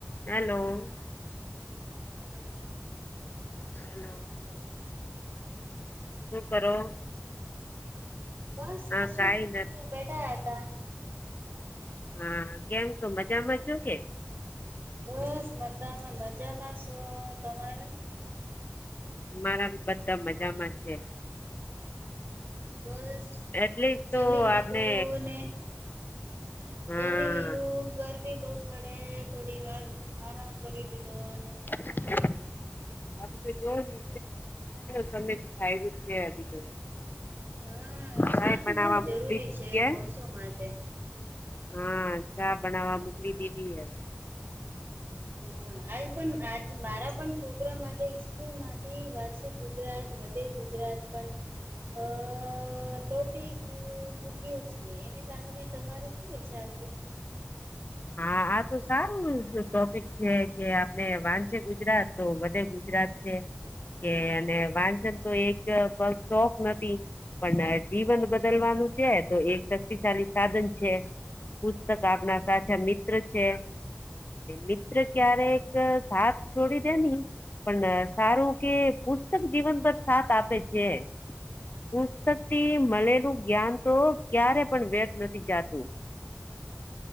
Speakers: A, on the left; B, on the right.
A: Hello.
B: Hello.
A: Hello શું કરો?
B: બસ
A: હા
B: કશું
A: કઈ
B: નથી બેઠા હતા.
A: હા કેમ શું મજામાં છો કે
B: બસ મ તમાં મજામાં શો તમારે
A: અમારા બી બધા મજામાં છે.
B: બસ
A: એટલે જ તો
B: જમી લીધું
A: આપણે
B: ને.
A: હા
B: જમી લીધું ગરમી બઉ પડે થોડી વાર આરામ કરી લીધો અને
A: <inaudible> આવી તો જોય તો સમમે થાય જ છે તો.
B: હા ચા
A: ચાય બનાવવા
B: તો બઉ જરૂરી
A: મોકલી દીધી
B: છે
A: હે
B: માણસો માટે. હમ
A: હા ચા બનાવવા મોકલી દીધી હજે.
B: હા આજ પણ આજ મારા પણ છોકરા માટે ઇસ્કૂલમાંથી વાંચ ગુજરાત વધે ગુજરાત, પણ અ ટોપિક મૂક્યું છે એને બારે મે તમારું શું વિચારશે?
A: હા આ તો સારું ટોપિક છે કે આપણે વાંચે ગુજરાત તો વધે ગુજરાત, કે અને વાંચન તો એક શોખ નથી. પણ જીવન બદલવાનું છે તો એ શક્તિશાળી સાધન છે. પુસ્તક આપના સા અચ્છા મિત્ર છે મિત્ર ક્યારે એક સાથ છોડી દે નહી, પણ સારું કે પુસ્તક જીવન પર સાથ આપે છે. પુસ્તક થી મળેલું જ્ઞાન તો ક્યારે પણ ર્વ્યથ નથી જાતું.